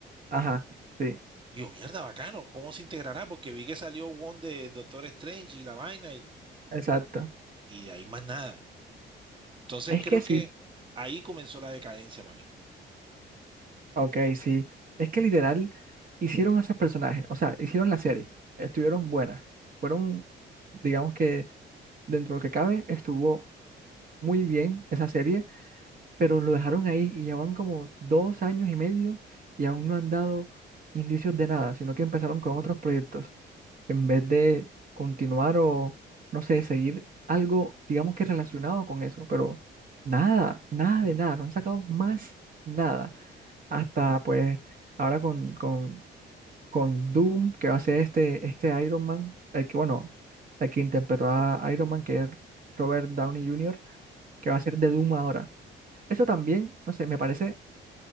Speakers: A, on the right; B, on the right.
A: Ajá, sí,
B: Yo, mierda, bacano. ¿Cómo se integrará? Porque vi que salió Wong de Doctor Strange y la vaina y,
A: exacto.
B: y de ahí más nada. Entonces
A: Es
B: creo
A: que sí,
B: que ahí comenzó la decadencia para mí.
A: ok, sí. Es que literal hicieron a esos personajes, o sea, hicieron la serie, estuvieron buenas, fueron, digamos que dentro de lo que cabe, estuvo muy bien esa serie. pero lo dejaron ahí y ya van como dos años y medio y aún no han dado indicios de nada, sino que empezaron con otros proyectos. En vez de continuar o, no sé, seguir algo, digamos que relacionado con eso, pero nada, nada de nada, no han sacado más nada. Hasta pues ahora con, con, con Doom, que va a ser este, este Iron Man, el que, bueno, el que interpretó a Iron Man, que es Robert Downey Jr., que va a ser de Doom ahora. Eso también, no sé, me parece,